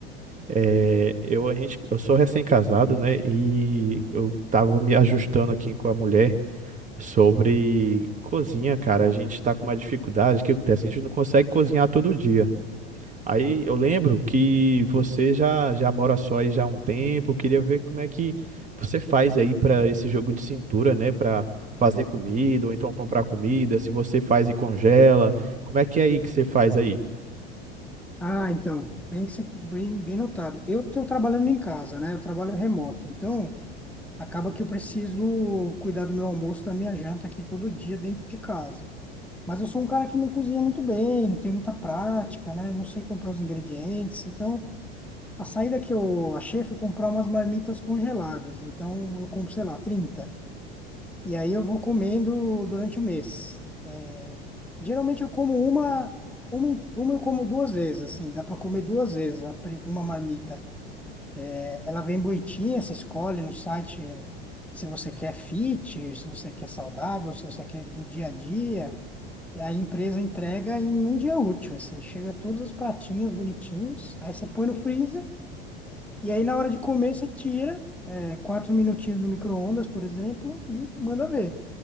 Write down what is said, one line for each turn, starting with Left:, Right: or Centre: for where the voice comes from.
Right: é, eu, a gente, eu sou recém-casado, né? E eu tava me ajustando aqui com a mulher sobre cozinha, cara. A gente tá com uma dificuldade. O que acontece? A gente não consegue cozinhar todo dia. Aí eu lembro que você já já mora só aí já há um tempo. Eu queria ver como é que você faz aí para esse jogo de cintura, né? Para fazer comida ou então comprar comida. Se você faz e congela, como é que é aí que você faz aí?
Centre: Ah, então, bem, que você- bem, bem notado. Eu estou trabalhando em casa, né? Eu trabalho remoto, então acaba que eu preciso cuidar do meu almoço, da minha janta aqui todo dia dentro de casa. Mas eu sou um cara que não cozinha muito bem, não tem muita prática, né? Não sei comprar os ingredientes, então a saída que eu achei foi comprar umas marmitas congeladas. Então eu compro, sei lá, 30. E aí eu vou comendo durante o mês. É, Geralmente eu como uma, uma, em- uma eu como duas vezes, assim, dá para comer duas vezes a pri- uma marmita. É, Ela vem bonitinha, você escolhe no site é, se você quer fit, se você quer saudável, se você quer do dia a dia. E a empresa entrega em um dia útil, assim, chega todos os pratinhos bonitinhos, aí você põe no freezer e aí na hora de comer você tira é, quatro minutinhos no micro-ondas, por exemplo, e manda ver.